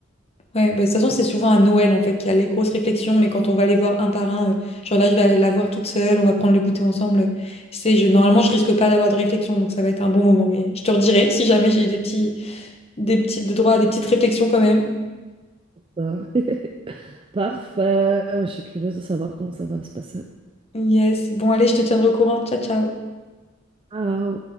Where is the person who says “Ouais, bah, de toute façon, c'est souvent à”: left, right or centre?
Left